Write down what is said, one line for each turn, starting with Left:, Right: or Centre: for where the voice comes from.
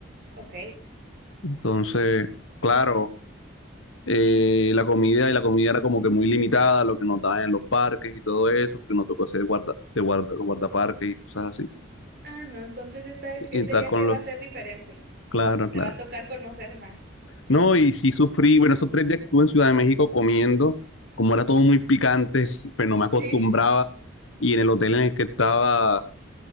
Right: Ok,
Left: Entonces, claro,
Right: sí.
Left: eh, la comida y la comida era como que muy limitada, lo que nos daban en los parques y todo eso, porque nos tocó hacer guarda, de guarda, guardaparques y cosas así.
Right: Ah, no, entonces este,
Left: Y,
Right: este
Left: y estar
Right: viaje
Left: con los,
Right: va a ser diferente.
Left: claro, claro.
Right: Te va a tocar conocer más.
Left: No, y sí sufrí, bueno, esos tres días que estuve en Ciudad de México comiendo, como era todo muy picante, <laughs> pues no me
Right: Sí,
Left: acostumbraba. Y en el hotel en el que estaba,